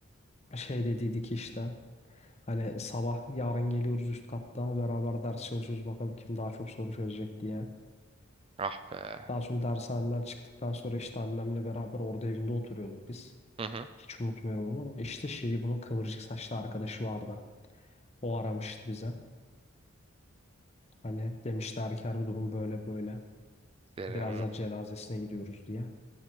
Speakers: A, on the left (about 30°); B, on the right (about 25°).
A: Şey dediydik işte. Hani sabah yarın geliyoruz üst katta beraber ders çalışıyoruz bakalım kim daha çok soru çözecek diye.
B: ah be.
A: Daha sonra dershanemden çıktıktan sonra işte annemle beraber orada evinde oturuyorduk biz.
B: Hı hı.
A: Hiç unutmuyorum onu. İşte şeyi bunun kıvırcık saçlı arkadaşı vardı. O aramıştı bize. Hani demişti Erker bu durum böyle böyle.
B: Deren.
A: Biraz da cenazesine gidiyoruz diye.